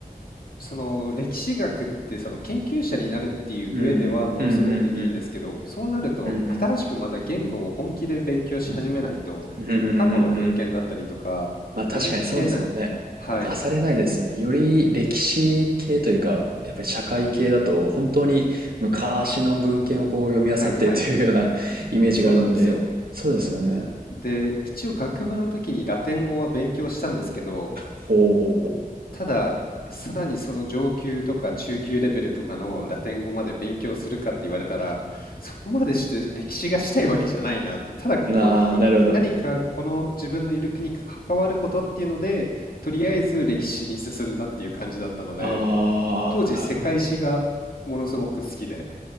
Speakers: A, on the left (about 75°); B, on the right (about 75°).
A: その歴史学ってその研究者になるっていう上ではものすごくいいんですけど、
B: うん、うん、うん、うん、
A: そうなると新しくまた言語を本気で勉強し始めないと、
B: うん、うん、うん、うん、
A: 過去の文献だったりとか読み切れない。
B: うん。まあ確かにそうですもんね。
A: はい。
B: やっぱ漁れないですね。より歴史系というか、やっぱり社会系だと、本当に昔の文献をこう読み漁ってというような
A: はいはい。
B: <laughs> イメージがあるので、
A: そうなんですよ。
B: そうですよね。
A: で、一応学部の時にラテン語は勉強したんですけど、
B: ほうほうほ
A: ただ、さらにその上級とか中級レベルとかのラテン語まで勉強するかって言われたら、そこまでして歴史がしたいわけじゃないなって、ただここに何かこの自分のいる国に関わることっていうので、
B: う。なあ、なるほど。
A: とりあえず歴史に進んだっていう感じだったので、
B: ああ、
A: 当時世界史がものすごく好きで、
B: なるほど。